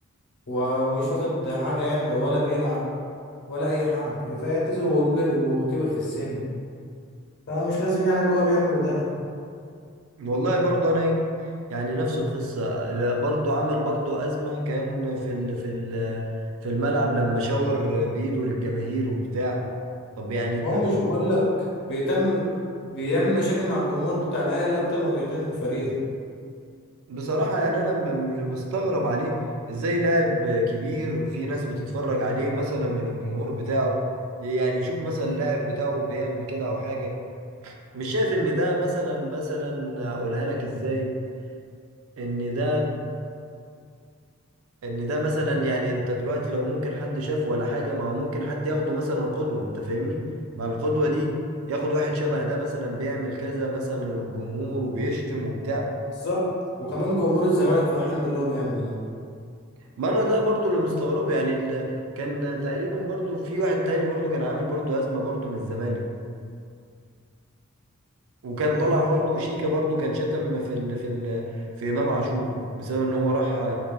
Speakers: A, on the left (about 55°); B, on the right (about 70°).
A: و- ومش واخد حاجة يعني ولا بيلعب ولا أي حاجة فيعتزل وكبر وكبر في السن فمش لازم يعني اللي هو بيعمله ده
B: والله برضو انا ايه يعني نفس القصه لا، برضو عمل برضو ازمه كان في ال في ال في الملعب لما شاور بايده للجماهير وبتاع طب يعني
A: ما
B: ده
A: هو مش بقولك بيهتم بيعمل مشاكل مع الجمهور بتاع الأهلي أكتر ما بيهتم بفريقه
B: بصراحه يعني انا م- م- مستغرب عليه ازاي لاعب كبير في ناس بتتفرج عليه مثلا من الجمهور بتاعه يعني يشوف مثلا اللاعب بتاعه بيعمل كده او حاجه مش شايف ان ده مثلا مثلا اقولها لك ازاي ان ده ان ده مثلا يعني انت دلوقتي لو ممكن حد شافه ولا حاجة ما هو ممكن حد ياخده مثلا قدوة انت فاهمني مع القدوة دي ياخد واحد شبه ده مثلا بيعمل كذا مثلا للجمهور وبيشتم وبتاع
A: بالظبط وكمان جمهور الزمالك فرحان باللي هو بيعمله ده
B: ما انا ده برضو اللي مستغربه يعني اللي كان تقريبا برضو في واحد تاني برضو كان عامل برضو أزمة برضو من الزمالك وكان
A: آه،
B: طالع
A: مش
B: برضو شيكا برضو كان شتم في ال في ال في إمام عاشور بسبب ان هو راح